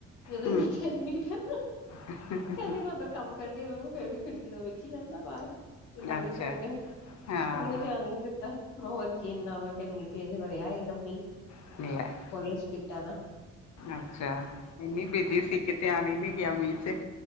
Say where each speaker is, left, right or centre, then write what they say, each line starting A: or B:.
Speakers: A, on the left; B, on the left.
A: ਜਦੋਂ
B: ਹੂੰ
A: ਇੰਨਾ ਤੇਜ਼ ਮੀਆ ਪਿਆ।
B: <inaudible>
A: ਕਹਿੰਦੀ ਮੈਂ ਅੰਦਰ ਕੰਮ ਕਰਨ ਡਈ ਹੋਵਾ ਮੈਂ, ਫਿਰ ਵੀ ਖਿੜਕੀ ਵਲ ਵੇਖੀ ਜਾਂਦਾ ਬਾਹਰ। ਕਿਨਹਾ ਮੀਂਹ
B: ਅੱਛਾ
A: ਪੈਣ ਡੇਇਆ,
B: ਹਾਂ
A: ਕਹਿੰਦੀ ਮੈਂ ਧਿਆਨ ਈ ਨੀ ਦੀ ਹੋਰ ਕੀ ਇੰਨਾ ਮੈਂ ਕਿਹਾ ਇੰਨੀ ਤੇਜ਼ ਵਰਿਆ ਇੱਕਦਮ ਮੀਂਹ।
B: <inaudible>
A: ਫੁੱਲ ਸਪੀਟਾ ਨਾ
B: ਅੱਛਾ, ਇਨੀ ਬਿਜੀ ਸੀ ਕੇ ਧਿਆਨ ਹੀ ਨੀ ਗਿਆ ਮੀਂਹ ਚ